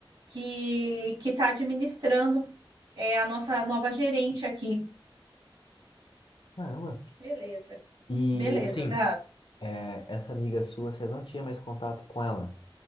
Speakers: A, on the right; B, on the left.
A: que que está administrando, é a nossa nova gerente aqui.
B: Caramba.
A: Beleza,
B: E
A: beleza,
B: assim,
A: Gabi.
B: é, essa amiga sua, você não tinha mais contato com ela.